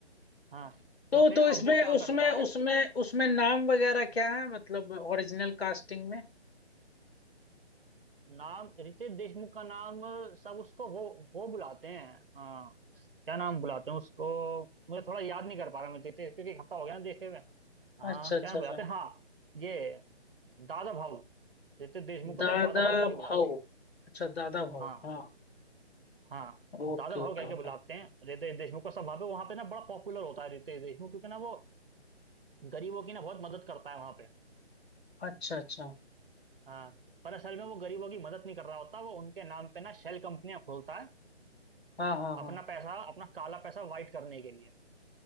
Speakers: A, on the right (about 55°); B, on the left (about 65°).
A: हाँ
B: तो
A: तो फिर
B: तो
A: अब
B: इसमें
A: वो क्या
B: उसमें
A: करता
B: उसमें
A: है
B: उसमें नाम वगैरह क्या है मतलब ओरिजिनल कास्टिंग में
A: नाम रितेश देशमुख का नाम सब उसको वो वो बुलाते हैं हाँ, क्या नाम बुलाते हैं उसको मुझे थोड़ा याद नहीं कर पा रहा मैं रितेश क्योंकि एक हफ्ता हो गया ना देखे हुए हाँ
B: अच्छा अच्छा
A: क्या नाम
B: अच्छा
A: बुलाते हैं हाँ ये दादा भाऊ रितेश देशमुख को
B: दादा
A: सब दादा भाऊ कह के बुलाते
B: भाऊ
A: हैं
B: अच्छा दादा भाऊ
A: हाँ
B: हाँ
A: हाँ
B: Okay
A: दादा भाव
B: okay
A: कह
B: okay
A: के बुलाते हैं रितेश देशमुख को सब वहां पे वहां पे ना बड़ा पॉपुलर होता है रितेश देशमुख क्योंकि ना वो गरीबों की ना बहुत मदद करता है वहां पे
B: अच्छा अच्छा
A: हाँ पर असल में वो गरीबों की मदद नहीं कर रहा होता वो उनके नाम पे ना शेल कंपनियां खोलता है
B: हाँ हाँ हाँ
A: अपना पैसा अपना काला पैसा वाइट करने के लिए